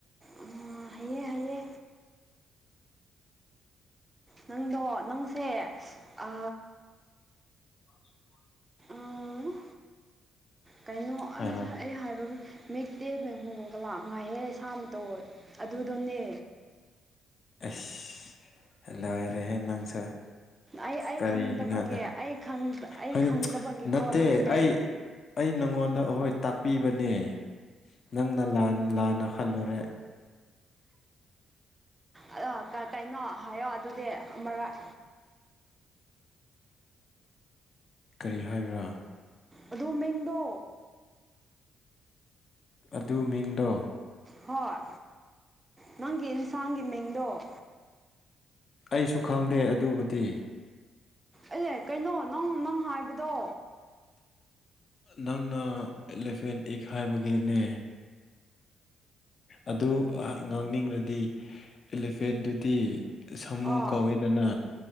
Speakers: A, on the right (about 20°); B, on the left (about 45°).
A: ꯑꯡ ꯍꯥꯏꯌꯦ ꯍꯥꯏꯌꯦ꯫ ꯅꯪꯗꯣ ꯅꯪꯁꯦ ꯑ
B: <unintelligible>
A: ꯎ ꯀꯩꯅꯣ
B: ꯍꯥꯏꯔꯣ
A: ꯑꯁ ꯑꯩ ꯍꯥꯏꯕ ꯃꯤꯛꯇꯦ ꯃꯦꯡꯍꯨꯒ ꯂꯥ ꯃ ꯉꯥꯏꯍꯦ ꯁꯥꯕ ꯇꯧ ꯑꯗꯨꯗꯣꯅꯦ
B: ꯑꯦꯁ ꯂꯣꯏꯔꯦꯍꯦ ꯅꯪꯁꯨ꯫
A: ꯑꯩ ꯑꯩ
B: ꯀꯔꯤꯒꯤꯅꯣ
A: ꯈꯪꯗꯕꯒꯤ
B: ꯑꯗꯨ
A: ꯑꯩ ꯈꯪ ꯑꯩ
B: ꯍꯗꯤ
A: ꯈꯪꯗꯕꯒꯤꯀꯣ
B: ꯅꯠꯇꯦ
A: ꯅꯪꯁꯦ
B: ꯑꯩ ꯑꯩ ꯅꯪꯉꯣꯟꯗ ꯑꯩꯍꯣꯏ ꯇꯥꯛꯄꯤꯕꯅꯦ ꯅꯪꯅ ꯂꯥꯟꯅ ꯈꯜꯂꯨꯔꯦ꯫
A: ꯑꯗ ꯀꯩꯅꯣ ꯍꯥꯏꯌꯣ ꯑꯗꯨꯗꯤ ꯑꯃꯔꯛ
B: ꯀꯔꯤ ꯍꯥꯏꯕ꯭ꯔꯥ
A: ꯑꯗꯨ ꯃꯤꯡꯗꯣ
B: ꯑꯗꯨ ꯃꯤꯡꯗꯣ
A: ꯍꯣꯏ ꯅꯪꯒꯤ ꯏꯟꯁꯥꯡꯒꯤ ꯃꯤꯡꯗꯣ꯫
B: ꯑꯩꯁꯨ ꯈꯪꯗꯦ ꯑꯗꯨꯕꯨꯗꯤ꯫
A: ꯑꯌꯥ ꯀꯩꯅꯣ ꯅꯪ ꯅꯪ ꯍꯥꯏꯕꯗꯣ꯫
B: ꯅꯪꯅ ꯑꯦꯂꯦꯐꯦꯟ ꯏꯛ ꯍꯥꯏꯕꯒꯤꯅꯦ꯫ ꯑꯗꯨ ꯉꯥꯡꯅꯤꯡꯉꯗꯤ ꯑꯦꯂꯤꯐꯦꯟꯗꯨꯗꯤ ꯁꯥꯃꯨ
A: ꯑꯥ
B: ꯀꯧꯋꯦꯗꯅ